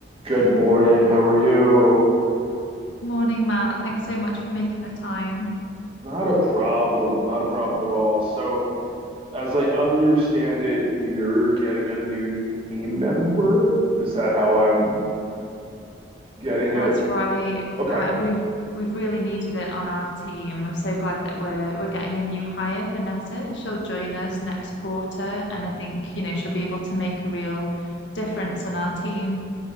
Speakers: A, on the right; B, on the left.
A: Good morning. How are you?
B: Morning, Matt. Thanks so much for making the time.
A: Not a problem. Not a problem at all. So, as I understand it, you're getting a new team member. Is that how I'm getting it?
B: That's right.
A: Okay.
B: Uh, we've we've really needed it on our team. I'm so glad that we're we're getting a new hire, Vanessa. She'll join us next quarter, and I think, you know, she'll be able to make a real difference on our team.